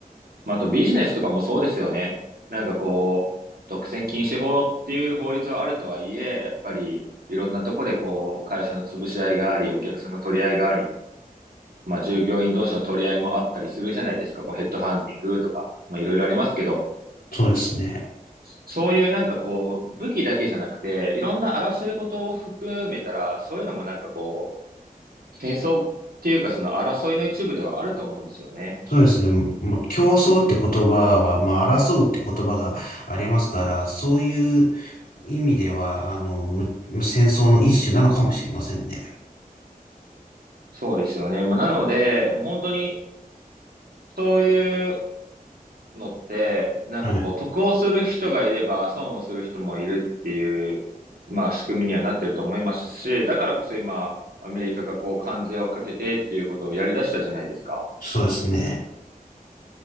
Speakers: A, on the right; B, on the left.
A: まあ、あとビジネスとかもそうですよね。なんかこう、独占禁止法っていう法律はあるとはいえ、やっぱりいろんなとこでこう、会社の潰し合いがあり、お客さんの取り合いがあり、まあ従業員同士の取り合いもあったりするじゃないですか。こうヘッドハンティングとか、まあいろいろありますけど、
B: そうですね。
A: そういうなんかこう、武器だけじゃなくて、いろんな争い事を含めたら、そういうのもなんかこう、戦争っていうかその争いの一部ではあると思うんですよね。
B: そうですね。まあ、競争って言葉は、まあ、争うって言葉がありますから、そういう意味では、あの、む戦争の一種なのかもしれませんね。
A: そうですよね。まあなので、もう本当に、そういうのって、なんかこう、
B: はい。
A: 得をする人がいれば、損をする人もいるっていう、まあ仕組みにはなってると思いますし、だからこそ今、アメリカがこう、関税をかけてっていうことをやり出したじゃないですか。
B: そうですね。